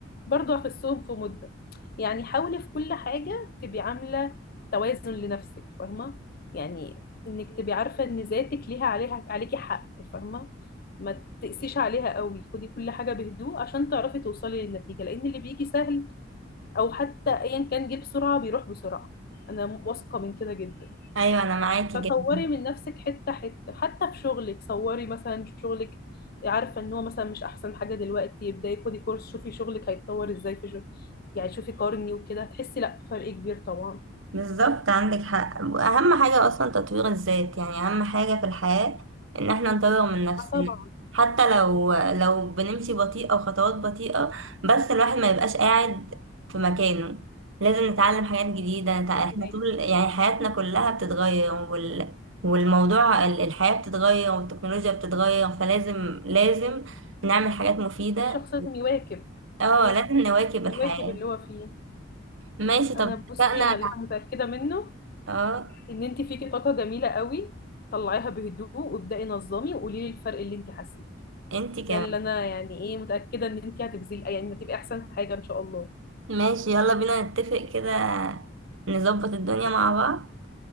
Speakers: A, on the left; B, on the right.
A: برضو اخسهم في مدة يعني حاولي في كل حاجة تبقي عاملة توازن لنفسك فاهمة يعني انك تبقي عارفة ان ذاتك ليها عليها عليكي حق فاهمة ما تقسيش عليها قوي خدي كل حاجة بهدوء عشان تعرفي توصلي للنتيجة لان اللي بيجي سهل او حتى ايا كان جه بسرعة بيروح بسرعة انا واثقة من كده جدا
B: ايوه انا معاكي
A: فطوري
B: جدا
A: من نفسك حتة حتة حتى في شغلك صوري مثلا شغلك عارفة ان هو مثلا مش احسن حاجة دلوقتي ابداي خدي كورس شوفي شغلك هيتطور ازاي في شغل يعني شوفي قارني وكده هتحسي لا فرق كبير طبعا
B: بالظبط عندك حق اهم حاجة اصلا تطوير الذات يعني اهم حاجة في الحياة ان احنا نطور من نفسنا
A: آه طبعا
B: حتى لو لو بنمشي بطيئة وخطوات بطيئة بس الواحد ما يبقاش قاعد في مكانه لازم نتعلم حاجات جديدة نتع-
A: فهماكي
B: احنا طول يعني حياتنا كلها بتتغير وال والموضوع ال- الحياة بتتغير والتكنولوجيا بتتغير فلازم لازم نعمل حاجات مفيدة
A: الشخص لازم يواكب
B: اه
A: بالظبط
B: لازم نواكب الحياة
A: يواكب اللي هو فيه
B: ماشي طب
A: انا
B: اتفقنا
A: بصي انا اللي أنا متأكدة منه
B: اه
A: ان انت فيكي طاقة جميلة قوي طلعيها بهدوء وابدأي نظمي وقولي لي الفرق اللي انت حسيتيه
B: انتي كمان
A: ده اللي انا يعني ايه متأكدة ان انت هتبذلي يعني هتبقي احسن حاجة ان شاء الله
B: ماشي يلا بينا نتفق كده نظبط الدنيا مع بعض